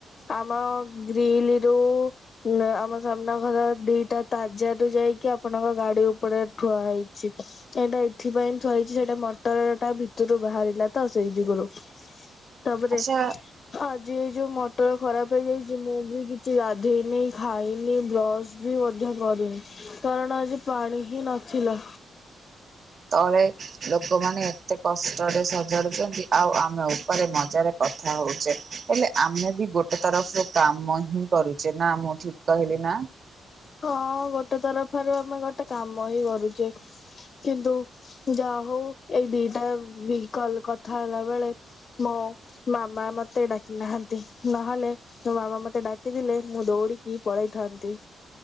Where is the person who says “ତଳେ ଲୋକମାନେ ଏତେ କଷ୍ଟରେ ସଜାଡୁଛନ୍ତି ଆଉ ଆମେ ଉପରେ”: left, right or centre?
Right